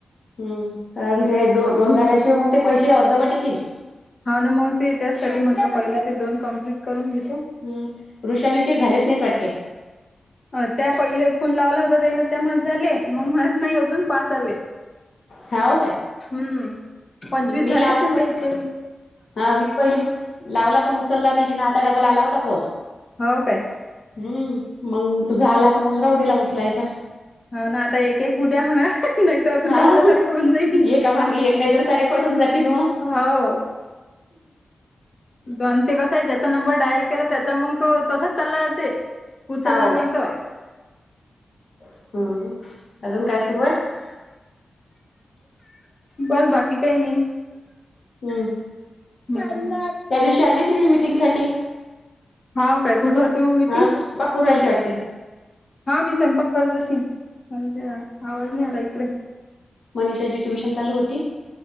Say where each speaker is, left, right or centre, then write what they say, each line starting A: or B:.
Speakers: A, on the left; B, on the left.
A: हम्म, कारण ते द -दोन झाल्याशिवाय मग ते पैसे अर्धवट येतील.
B: हा ना मग ते त्याचसाठी म्हटलं पहिले ते दोन कंप्लीट करून घेतो.
A: हम्म वृषालीचे झालेच नाहीत वाटते.
B: अ त्या पहिले फोन लावला होता त्यान त्या मत झाले मग मणत नाही अजून पाच आले
A: हाव काय
B: हम्म पंचवीस
A: मी
B: झालेच
A: लावला
B: नाही
A: पण
B: त्या इथ
A: हा मी पहिली लावला पण उचलला नाही ति आता डबल आला होता फोन
B: हो काय
A: हम् मग तुझा झाला तर मंग राऊ दिला उचलायचा
B: हो ना आता एक एक उद्या म्हणा ते अजून
A: हाव
B: काळच्या सारखं होऊन जाईल
A: एका मागे एक नाही तर सारे कट होऊन जातील मग
B: हो दनती कसा आहे ज्याचा नंबर डायल केला त्याचा मग तो तसाच चालला उचला
A: हाव
B: नाही
A: बरं
B: त
A: हम्म अजून काय सुरू आहे
B: बस बाकी काही नाही
A: हम्म
B: चल ना
A: त्या दिवशी आली तुम्ही मीटिंग साठी
B: होा काय कुठे होती मग मीटिंग
A: हा तू स्वयंपाक करू राहिलती वाटते
B: हा मी स्वयंपाक करतशी म्ह ते आवाज नाही आला इतरे
A: मनिषाची ट्युशन चालू होती